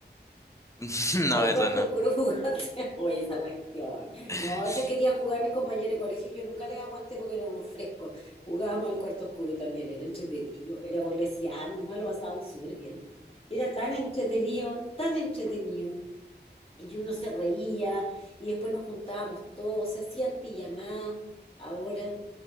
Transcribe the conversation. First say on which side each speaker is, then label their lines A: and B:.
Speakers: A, on the left (about 15°); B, on the left (about 30°).
A: <laughs>
B: Al
A: no, eso
B: cuarto
A: no.
B: oscuro jugaste. <laughs> Oye, esa cuestión.
A: <laughs>
B: No, eso querían jugar mis compañeros de colegio. Yo nunca les aguanté porque eran unos frescos. Jugábamos al cuarto oscuro también. Era entretenido. Era burlesear. Nomás lo pasábamos súper bien. Era tan entretenido, tan entretenido. Y uno se reía. Y después nos juntábamos todos. Se hacían pijamadas. Ahora,